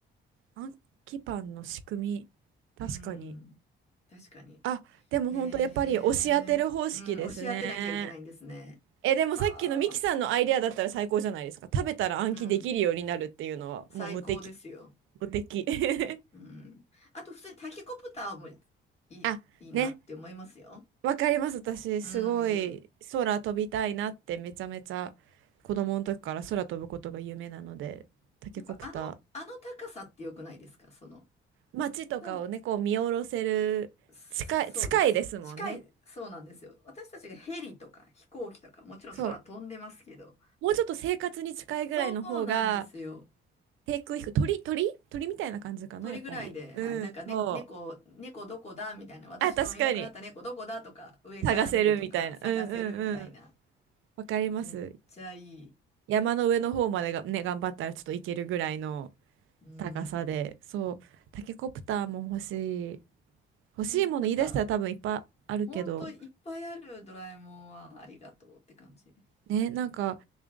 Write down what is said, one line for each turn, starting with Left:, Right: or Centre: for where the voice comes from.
Right: 暗記パンの仕組み確かに
Left: うーん。確かに。
Right: あでも本当やっぱり押し当てる方式ですね。
Left: へえ。うん、押し当てなきゃいけないんですね。
Right: え、でもさっきのミキさんのアイデアだったら最高じゃないですか。
Left: はあ。
Right: 食べたら暗記できるようになるっていうのはもう無敵。
Left: うん。最高ですよ。
Right: 無敵。<laughs>
Left: うん。あと、普通にタケコプターもいい、
Right: あ、
Left: いいなって思いますよ。
Right: ね。わかります。私、すごい空飛びたいなってめちゃめちゃ子供の時から空飛ぶことが夢なので、
Left: うん。
Right: タケコプター。
Left: やっぱあの、あの高さって良くないですかその。
Right: 街とかをね、
Left: な
Right: こう見下ろせる、
Left: そうです。
Right: 近い、近いですもんね。
Left: 近い、そうなんですよ。私たちがヘリとか飛行機とか、もちろん空飛んでますけど。
Right: そう。もうちょっと生活に近いぐらいの方が、
Left: そうなんですよ。
Right: 低空飛行、鳥、鳥鳥みたいな感じかな、
Left: 鳥ぐらいで、
Right: やっぱり。うん、
Left: はい、なんか、ね、
Right: そう。
Left: 猫、猫どこだみたいな、私のいなくなった猫どこだとか、
Right: あ、確かに。
Left: 上から見るとか、
Right: 探せるみたいな。
Left: 探せるみたいな。
Right: うんうんうん。わかります。
Left: めっちゃいい。
Right: 山の上の方までがね、頑張ったらちょっと行けるぐらいの
Left: うん。
Right: 高さで。そう。タケコプターも欲しい。欲しいもの言い出したら多分いっぱいあるけど。
Left: ね、なんか、ほんといっぱいあるドラえもんはありがとうって感じ。
Right: ね、なんか、